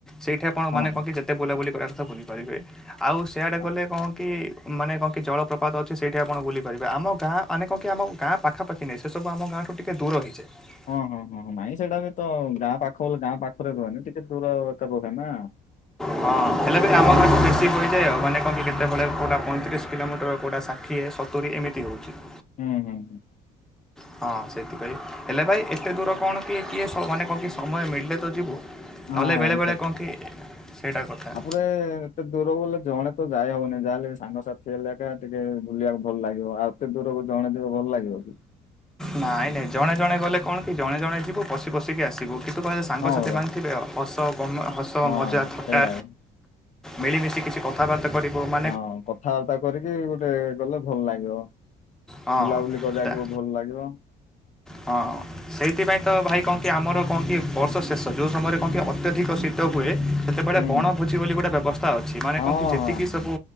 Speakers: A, in the centre; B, on the left.
A: ସେଇଠେ ଆପଣ
B: ହଁ
A: ମାନେ କଣ
B: ହଁ
A: କି? ଯେତେ ବୁଲାବୁଲି କରିବା କଥା ବୁଲିପାରିବେ ଆଉ ସେଆଡ଼େ
B: ଆ-
A: ଗଲେ କଣ ମାନେ କଣ କି ଜଳପ୍ରପାତ ଅଛି ସେଇଠି ଆପଣ ବୁଲି ପାରିବେ ଆମ ଗାଁ ମାନେ କଣ କି ଆମ ଗାଁ ପାଖାପାଖି ନାଇଁ ସେ ସବୁ ଆମ ଗାଁଠୁ ଟିକେ ଦୂର ହୋଇଯାଏ।
B: ହଁ ହଁ ହଁ ନାଇଁ ସେଇଟା ବି ତ ଗାଁ ପାଖ ଲି ଗାଁ ପାଖରେ ରୁହେନି ଟିକେ ଦୂର ରୁହେ ନା।
A: ହଁ ହେଲେ ବି ଆମର ବେଶି ହୋଇଯାଏ ମାନେ କଣ କେତବଳେ କୋଉଟା ପଇଁତିରିଶି କିଲୋମିଟର କେଉଟା ଷା ଠିଏ ସତୁରୀ ଏମିତି ହୋଉଚି।
B: ହୁଁ ହୁଁ।
A: ହଁ ସେଥିପାଇଁ ହେଲେ ଭାଇ ଏତେ ଦୂର କଣ କି କିଏ ମାନେ କଣ କି ସମୟ ମିଳିଲେ ତ ଯିବୁ।
B: ହଁ
A: ନ ହେଲେ ବେଳେବେଳେ କଣ କି ସେଇଟା କଥା।
B: ଫେର ଏତେ ଦୂରକୁ ଗଲେ ଜଣେ ତ ଯାଇ ହବନି ଯାହେଲେ ସାଙ୍ଗସାଥି ହେଲେ ଏକା ଟିକେ ବୁଲିବାକୁ ଭଲ ଲାଗିବ। ଆଉ ଏତେ ଦୂରକୁ ଜଣେ ଯିବ ଭଲ ଲାଗିବ?
A: ନାଇଁ ନାଇଁ ଜଣେ ଜଣେ ଗଲେ କଣ କି ଜଣେ ଜଣେ ଯିବୁ ବସିବୁ ବସିକି ଆସିବୁ କିନ୍ତୁ କଣ ହୁଏ ସାଙ୍ଗସାଥିମାନେ
B: ହଁ ପରା
A: ଥିବେ ହସ ଗମ ହସ
B: ହଁ
A: ମଜା ଥଟା
B: ସେଇଟା ହିଁ
A: ମିଳିମିଶି କିଛି କ ଥାବାର୍ତ୍ତା କରିବୁ ମା
B: ହଁ କଥାବାର୍ତ୍ତା କରିକି ଗୋଟେ କଲେ ଭଲ ଲାଗିବ।
A: ହଁ
B: ବୁଲାବୁଲି କରିବାକୁ
A: ତା
B: ଭଲ ଲାଗିବ।
A: ହଁ ସେଇଥିପାଇଁ ତ ଭାଇ କହନ୍ତି ଆମର କଣ କି ବର୍ଷ ଶେଷ ଯୋଉ ସମୟରେ କଣ କି ଅତ୍ୟଧିକ ଶୀ ଶୀତ ହୁଏ ସେତେବେଳେ
B: ହୁଁ
A: ବଣଭୋଜି
B: ହୁଁ
A: ବୋଲି ଗୋଟେ ବ୍ୟବସ୍ଥା ଅଛି। ମାନେ
B: ହଁ
A: କଣ କି ଯେତିକି
B: ହଁ।
A: ସବୁ